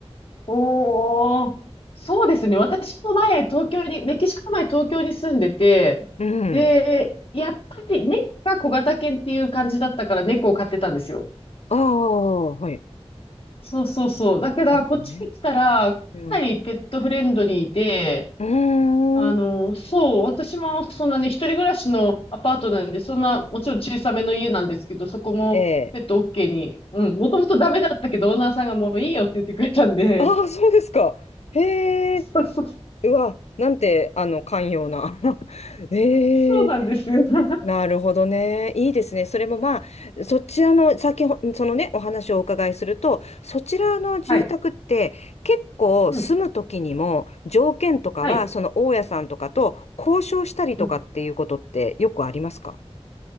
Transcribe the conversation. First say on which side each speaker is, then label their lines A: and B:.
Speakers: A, on the left (about 50°); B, on the left (about 80°).
A: おー。そうですね。私も前、東京に、メキシコの前、東京に住んでて、
B: うん。
A: で、やっぱり猫が小型犬っていう感じだったから猫を飼ってたんですよ。
B: ああ、はい。
A: そうそうそう。だから、
B: 猫ね。
A: こっちに来たら、かなりペットフレンドリーで、
B: うん。うーん。
A: あの、そう、私もそんなね、一人暮らしのアパートなんで、そんな、もちろん小さめの家なんですけど、そこもペット
B: ええ。
A: OK に、うん、もともとダメだったけど、オーナーさんがもういいよって言ってくれたんで、
B: ああ、そうですか。へえ。
A: <laughs> そうそう、
B: うわ、なんて、あの、寛容な。<laughs> ええ。
A: そうなんですよ。<laughs>
B: なるほどね。いいですね。それもまあ、そちらの、先ほ、そのね、お話をお伺いすると、そちらの住宅って、
A: はい。
B: 結構住む時にも、
A: うん、
B: 条件とかは、
A: はい。
B: その大家さんとかと交渉したりとかっていうことってよくありますか
A: うん。